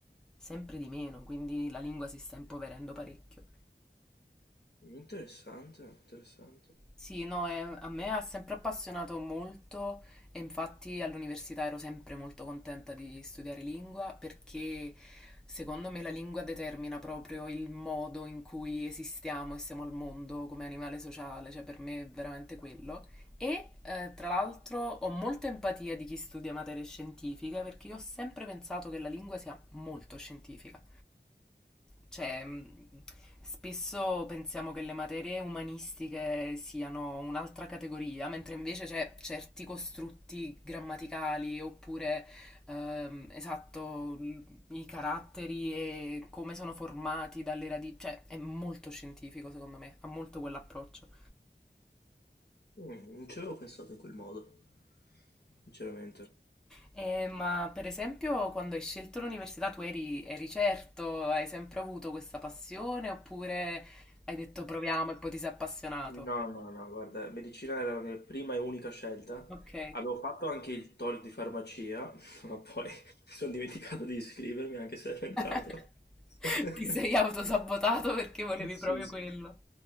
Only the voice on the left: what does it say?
Interessante, interessante.
Mm, non ci avevo pensato in quel modo, sinceramente.
No, no, no, guarda, medicina era la mia prima e unica scelta.
Avevo fatto anche il TOEIC di farmacia, <laughs> ma poi mi sono dimenticato di iscrivermi anche se ero entrato.
<laughs>
Sì,
sì.